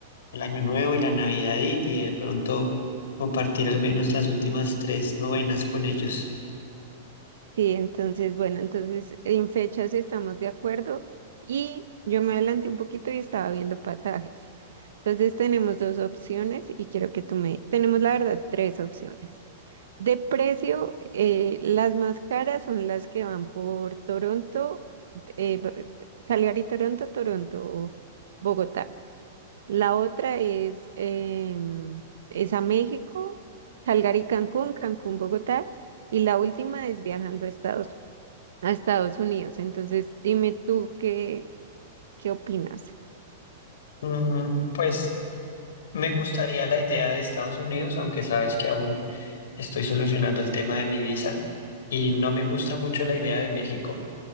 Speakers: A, on the left; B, on the right.
A: el año nuevo y la Navidad y de pronto compartir al menos las últimas tres novenas con ellos.
B: Sí, entonces, bueno, entonces en fechas estamos de acuerdo y yo me adelanté un poquito y estaba viendo pasajes. Entonces tenemos dos opciones y quiero que tú me... Tenemos la verdad tres opciones. De precio, eh, las más caras son las que van por Toronto, eh, Calgary, Toronto, Toronto, Bogotá. La otra es, em, es a México, Calgary, Cancún, Cancún, Bogotá. Y la última es viajando a Estados, a Estados Unidos. Entonces, dime tú qué, qué opinas.
A: Mm, pues me gustaría la idea de Estados Unidos, aunque sabes que aún Estoy solucionando el tema de mi visa y no me gusta mucho la idea de México.